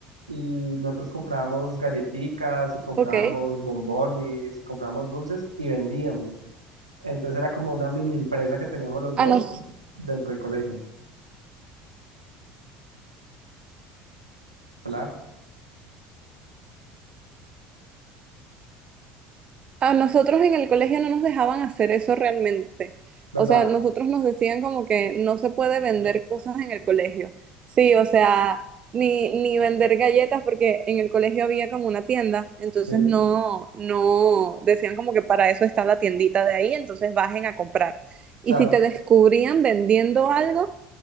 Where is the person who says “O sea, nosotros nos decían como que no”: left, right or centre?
Right